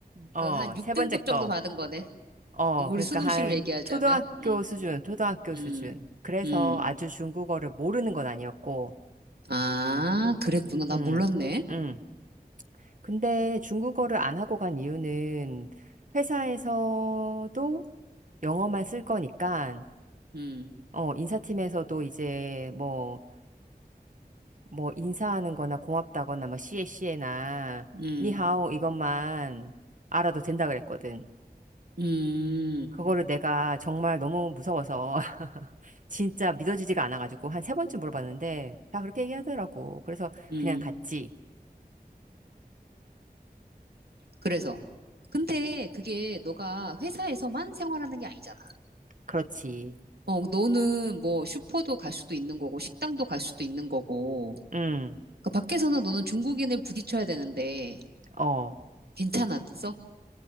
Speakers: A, on the right; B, on the right.
A: 어,
B: 그 한 6등급
A: 세 번째
B: 정도
A: 거.
B: 받은 거네.
A: 어,
B: 우리
A: 그러니까
B: 수능식으로
A: 한
B: 얘기하자면.
A: 초등학교
B: 음,
A: 수준, 초등학교
B: 음,
A: 수준. 그래서
B: 음.
A: 아주 중국어를 모르는 건 아니었고,
B: 아, 그랬구나. 나
A: 음,
B: 몰랐네.
A: 음. 근데 중국어를 안 하고 간 이유는 회사에서도 영어만 쓸 거니까,
B: 음,
A: 어, 인사팀에서도 이제 뭐, 뭐, 인사하는 거나 고맙다거나, 뭐, 씨에 씨에나,
B: 음.
A: 니하오 이것만 알아도 된다 그랬거든.
B: 음,
A: 그거를 내가 정말 너무 무서워서, 진짜 믿어지지가 않아가지고 한 세 번쯤 물어봤는데 다 그렇게 얘기하더라고. 그래서
B: 음.
A: 그냥 갔지.
B: 그래서. 근데 그게 너가 회사에서만 생활하는 게 아니잖아.
A: 그렇지.
B: 어, 너는 뭐 슈퍼도 갈 수도 있는 거고, 식당도 갈 수도 있는 거고.
A: 응.
B: 그 밖에서는 너는 중국인을 부딪혀야 되는데,
A: 어.
B: 괜찮았어?